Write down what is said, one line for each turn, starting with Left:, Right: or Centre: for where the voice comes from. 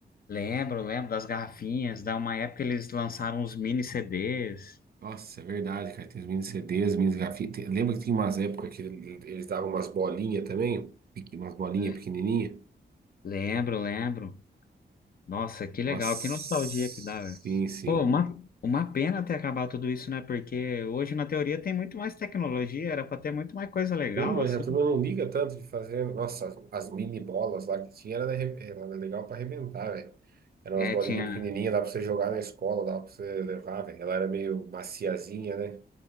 Left: Lembro, lembro das garrafinhas. Da uma época eles lançaram uns mini CDs.
Right: Nossa, é verdade, cara. Tem os mini CDs, mini garrafinhas. Tem- Lembra que tinha umas épocas que eles davam umas bolinhas também? Pequ- Umas bolinhas
Left: Le-
Right: pequenininhas?
Left: lembro, lembro. Nossa, que legal,
Right: Nossa,
Left: que nostalgia
Right: sim,
Left: que dá, velho.
Right: sim.
Left: Pô, uma, uma pena ter acabado tudo isso, né? Porque hoje, na teoria, tem muito mais tecnologia, era para ter muito mais coisa legal,
Right: Sim, mas
Left: assim.
Right: a turma não liga tanto de fazer. Nossa, as, as mini bolas lá que tinha era, da arre- era legal pra arrebentar, velho. Eram
Left: É,
Right: umas bolinhas
Left: tinha.
Right: pequenininhas, dava pra você jogar na escola, dava pra você levar, velho. Ela era meio maciazinha, né?